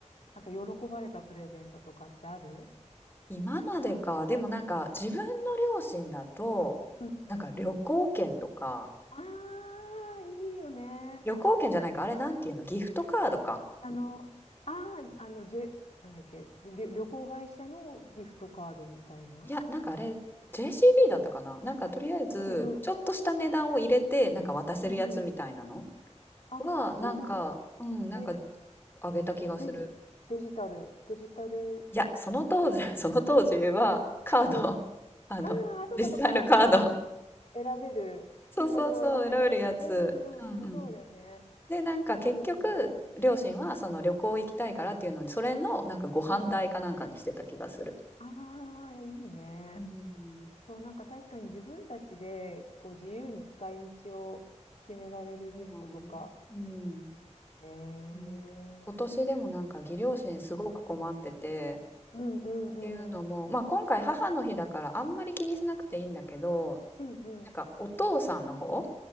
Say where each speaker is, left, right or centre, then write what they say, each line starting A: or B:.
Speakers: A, on the left; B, on the left.
A: なんか喜ばれたプレゼントとかってある
B: 今までかでもなんか自分の
A: うん。
B: 両親だとなんか旅行券とか
A: うんうん。ああ、いいよね。
B: 旅行券じゃないかあれなんていうのギフトカードか
A: あの、ああ、あの、ジェ、なんだっけ、旅、旅行会社のギフトカードみたいな。
B: いやなんかあれ JCB だったかななんかとりあえずちょっとした値段を入れてなんか渡せるやつみたいなの
A: うんうんうん。うんうん。あ、
B: はなんかうんなんか
A: そうなんだ。え、
B: あげた気がする
A: デジ、デジタル、デジタルギフトみたいな。
B: いやその当時 <laughs> その当時はカード
A: うん。うん。
B: あの実際のカード
A: ああ、そっかそっか。その、選べる、
B: そうそうそう選べるやつうんうん
A: 金額を選べて。うんうんうんうん。そうだよね。
B: で、なんか結局、
A: そうそうそう。
B: 両親はその旅行行きたいからっていうのに、
A: うん。
B: それのなんかご飯代かなんかにしてた気がする。
A: うん。ああ、いいね。
B: うん
A: そう、なんか確かに自分たちでこう自由に使い道を決められるギフトとか。
B: うんうん
A: ねえ。
B: うん今年でもなんか義両親すごく困ってて
A: うんうんうん。
B: っていうのも、まあ、今回母の日だからあんまり気にしなくていいんだけど
A: うんうん。
B: なんかお父さんの方